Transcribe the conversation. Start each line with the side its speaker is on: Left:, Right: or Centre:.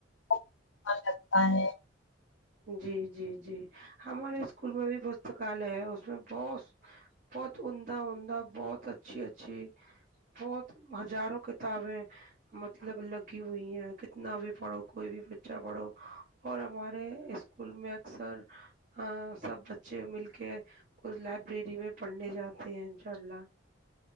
Left: اچھا لگتا ہے
Right: جی جی جی ہمارے اسکول میں بھی پستکالیہ ہے اس میں بہت بہت عمدہ عمدہ بہت اچھی اچھی بہت ہزاروں کتابیں مطلب لگی ہوئی ہیں کتنا بھی پڑھو کوئی بھی بچہ پڑھو اور ہمارے اسکول میں اکثر ہاں سب بچے مل کے اس لائبریری میں پڑھنے جاتے ہیں ان شاء اللہ